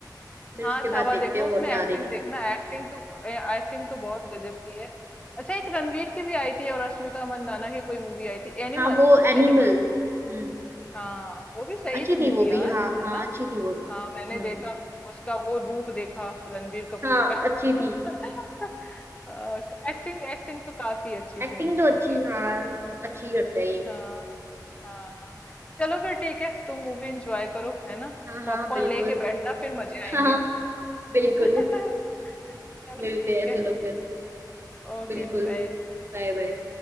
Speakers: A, on the right; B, on the left.
A: फिर
B: हाँ
A: उसके बाद
B: छावा
A: देखते
B: देख लो
A: हैं और
B: उसमें
A: क्या
B: एक्टिंग
A: देखेंगे
B: देखना एक्टिंग तो एक्टिंग तो बहुत गजब की है अच्छा एक रणवीर की भी आई थी और रश्मिका मंदाना की कोई मूवी आई थी एनिमल
A: हाँ वो एनिमल
B: एनिमल
A: हम्म
B: हाँ वो भी सही
A: अच्छी
B: थी मूवी
A: थी वो
B: यार
A: भी हाँ हाँ
B: है ना
A: अच्छी थी वो भी
B: हाँ मैंने
A: हम्म
B: देखा उसका वो रूप देखा रणबीर कपूर
A: हाँ
B: का
A: अच्छी थी
B: <laughs> एक्टिंग एक्टिंग तो काफी अच्छी
A: एक्टिंग
B: थी उन
A: तो
B: सबों
A: अच्छी
B: की
A: हाँ अच्छी करता है ये
B: हाँ हाँ हाँ चलो फिर ठीक है तुम मूवी एंजॉय करो है ना
A: हाँ हाँ
B: पॉपकॉर्न
A: बिल्कुल
B: लेके बैठना फिर मजे आएंगे
A: हाँ हाँ, बिल्कुल
B: <laughs> चलो
A: मिलते
B: ठीक
A: हैं
B: है
A: चलो फिर
B: Okay
A: बिल्कुल
B: bye
A: Bye bye